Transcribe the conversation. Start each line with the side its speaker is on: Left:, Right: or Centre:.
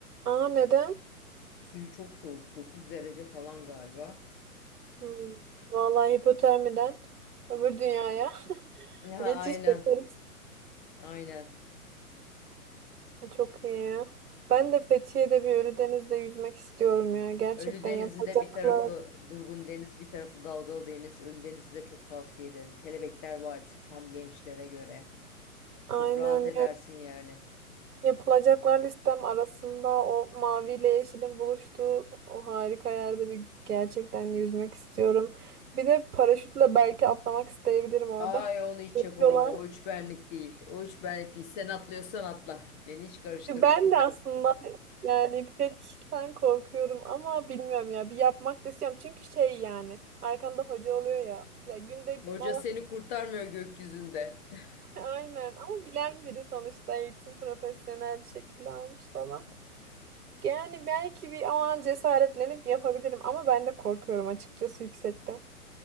Right: Aa neden?
Left: Suyu çok soğuk 9 derece falan galiba.
Right: Hmm. Vallahi hipotermiden öbür dünyaya <laughs>
Left: Ha
Right: geçiş
Left: aynen
Right: yaparız.
Left: aynen.
Right: Çok iyi ya. Ben de Fethiye'de bir Ölüdeniz'de yüzmek istiyorum ya. Gerçekten
Left: Ölü Denizi'nde
Right: yapacaklar.
Left: bir tarafı durgun deniz bir tarafı dalgalı deniz. Ölü Deniz'i de çok tavsiye ederim. Kelebekler Vadisi tam gençlere göre.
Right: Aynen
Left: Çok rahat edersin
Right: yani
Left: yani.
Right: yapılacaklar listem arasında o maviyle yeşilin buluştuğu o harika yerde bir gerçekten yüzmek istiyorum. Bir de paraşütle belki atlamak isteyebilirim orada.
Left: Ay onu
Right: <laughs>
Left: hiç
Right: Yapıyorlar.
Left: yapamam. O üç benlik değil. O üç benlik değil. Sen atlıyorsan atla. Beni hiç karıştırma.
Right: Ben de aslında yani bir tek korkuyorum ama bilmiyorum ya bir yapmak da istiyorum. Çünkü şey yani arkanda hoca oluyor ya. Ya günde
Left: Hoca
Right: Allah
Left: seni
Right: bilir
Left: kurtarmıyor gökyüzünde. <laughs>
Right: <laughs> aynen ama bilen biri sonuçta eğitim profesyonel bir şekilde almış falan. Yani belki bir o an cesaretlenip yapabilirim ama ben de korkuyorum açıkçası yüksekten.